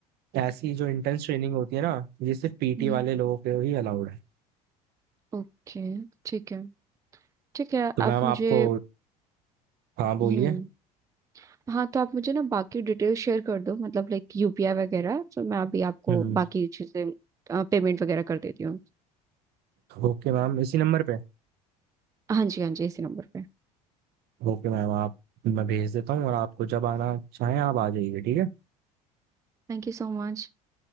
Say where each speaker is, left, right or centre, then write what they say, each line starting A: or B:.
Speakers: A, on the right; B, on the right.
A: ऐसी जो इंटेंस ट्रेनिंग होती है ना ये सिर्फ पीटी
B: हम्म
A: वाले लोगों के ही अलाउड है
B: ओके ठीक है ठीक है
A: तो मैम
B: आप मुझे
A: आपको हाँ बोलिए
B: हम्म हाँ तो आप मुझे ना बाकी डिटेल शेयर कर दो मतलब लाइक यूपीआई वगैरह तो मैं अभी आपको
A: हम्म
B: बाकी चीज़ें पेमेंट वगैरह कर देती हूँ
A: ओके मैम इसी नंबर पे
B: हाँ जी हाँ जी इसी नंबर पे
A: ओके मैम आप मैं भेज देता हूँ और आपको जब आना चाहें आप आ जाइए ठीक है
B: Thank you so much